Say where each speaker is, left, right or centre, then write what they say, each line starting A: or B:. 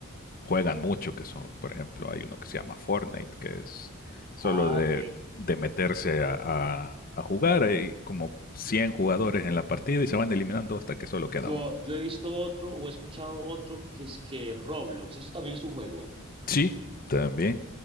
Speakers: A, on the left (about 45°); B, on the right (about 25°).
A: juegan mucho, que son, por ejemplo, hay uno que se llama Fortnite, que es solo
B: Ah,
A: de,
B: ok.
A: de meterse a, a- a jugar, hay como 100 jugadores en la partida y se van eliminando hasta que solo queda
B: Yo,
A: uno.
B: yo he visto otro o he escuchado otro que es que Roblox, eso también es un juego.
A: Sí, también.